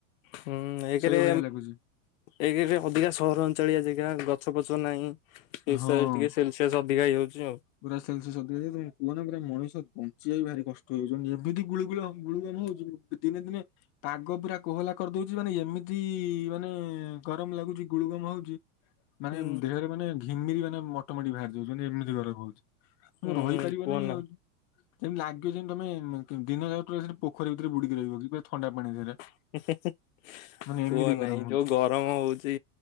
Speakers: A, on the left (about 70°); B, on the left (about 30°).
A: ହୁଁ ଏକରେ
B: ସେଇଭଳିଆ ଲାଗୁଛି
A: ଏକରେ ଅଧିକା ସହର ଅଞ୍ଚଳିଆ ଜେଗା ଗଛ ପଛ ନାହିଁ ଏ
B: ହଁ।
A: ସେ ଟିକେ ସେ ଶେଷ ଅଧିକା ହେଇଯାଉଛି ଆଉ।
B: ପୁରା ସେଲସିଅସ ଅଧିକା <unintelligible> କୁହନା ପୁରା ମଣିଷ ବଞ୍ଚିବା ବି ଭାରି କଷ୍ଟ ହେଯାଉଚି ଏମିତି ଗୁଳୁଗୁଳ ଅ ଗୁଳୁମ <unintelligible> ହଉଚି ଦିନେ ଦିନେ ପାଗ ପୁରା କୋହଲା କରିଦଉଚି ମାନେ ଏମିତି ମାନେ ଗରମ ଲାଗୁଚି ଗୁଳୁଗମ ହଉଚି ମାନେ
A: ହୁଁ
B: ଦେହରେ ମାନେ ଘିମିରି ମାନେ ମୋଟ ମୋଟି ବାହାରି ଯାଉଛି ମାନେ ଏମିତି ଗରମ ହଉଚି।
A: ହୁଁ
B: ରହିପାରିବନାଇଁ
A: କୁହ ନା
B: ଆଉ। ଯେମିତି ଲାଗିବ ଯେମିତି ତମେ ମ କ ଦିନ ଯାକ ସେ ପୋଖରୀ ଭିତରେ ବୁଡିକି ରହିବ କି ଥଣ୍ଡା ପାଣି ଧିଅରେ।
A: <inaudible>
B: ମାନେ ଏମିତି ଗରମ
A: ନାହିଁ
B: ହଉଚି
A: ଯୋଉ ଗରମ ହଉଛି।